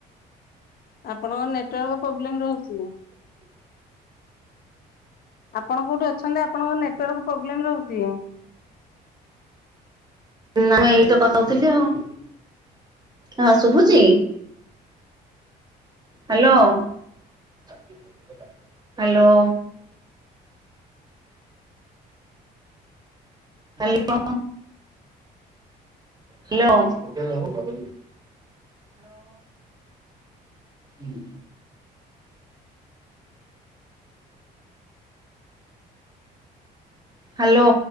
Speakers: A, on the left (about 50°); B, on the right (about 20°).
A: ଆପଣଙ୍କ ନେଟୱାର୍କ ପ୍ରୋବ୍ଲେମ ରହୁଛି। ଆପଣ କୋଉଁଠି ଅଛନ୍ତି? ଆପଣଙ୍କ ନେଟାର୍କ ପ୍ରୋବ୍ଲେମ ରହୁଛି।
B: ଆମେ ଏଇ ତ କଥା ହଉଥିଲି ଆଉ ହଁ ଶୁଭୁଛି? Hello. Hello. Hello. Hello hello. ହୁଁ। ହ୍ୟାଲୋ।